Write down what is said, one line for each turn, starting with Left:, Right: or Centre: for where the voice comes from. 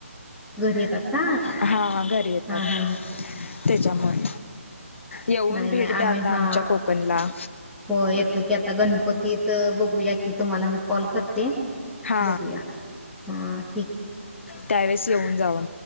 Centre: घरी येतात का
Left: हां हां घरी येतात.
Centre: हा हा
Left: त्याच्यामुळे. येऊन
Centre: नाही
Left: भेट
Centre: नाही आम्ही
Left: द्या आता
Centre: हा,
Left: आमच्या कोकणला
Centre: हो येतो की आता गणपतीत बघूया की तुम्हाला मी. कॉल करते.
Left: हा
Centre: बघूया. हा.
Left: त्यावेळेस येऊन जावा.